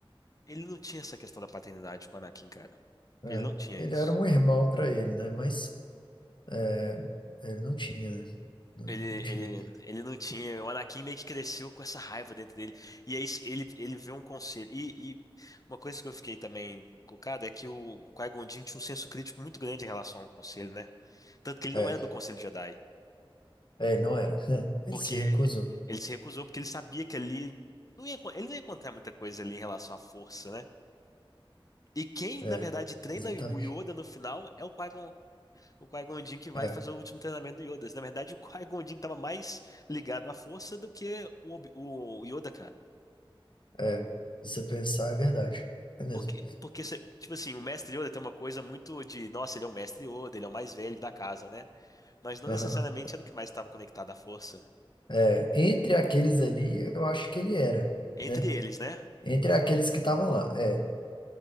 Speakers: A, on the left; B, on the left.
A: ele não tinha essa questão da paternidade com o Anakin, cara.
B: é.
A: Ele não tinha
B: Ele
A: isso.
B: era um irmão para ele, né? Mas é, ele não tinha, né? Não,
A: Ele, ele,
B: não tinha.
A: ele não tinha. O Anakin meio que cresceu com essa raiva dentro dele. E aí ele, ele vê um conselho. E, e uma coisa que eu fiquei também colocado é que o Qui-Gon Jinn tinha um senso crítico muito grande em relação ao conselho, né? Tanto que ele
B: É,
A: não é do Conselho Jedi.
B: é, não era. <laughs> Ele
A: Porque
B: se recusou.
A: ele se recusou, porque ele sabia que ali não ia, encon- ele não ia encontrar muita coisa ali em relação à força, né? E quem,
B: É,
A: na verdade, treina
B: exatamente.
A: o Yoda no final é o Qui-Gon, o Qui-Gon Jinn que vai
B: É,
A: fazer o último treinamento do Yoda. Na verdade, o Qui-Gon Jinn estava mais ligado à força do que o, Obi- o Yoda, cara.
B: é. Se você pensar, é verdade. É mesmo.
A: Porque, porque, cê- tipo assim, o mestre Yoda tem uma coisa muito de, nossa, ele é o mestre Yoda, ele é o mais velho da casa, né? Mas não
B: Aham.
A: necessariamente era o que mais estava conectado à força.
B: É, entre aqueles ali, eu acho que ele era,
A: Entre
B: né?
A: eles, né?
B: Entre aqueles que estavam lá, é.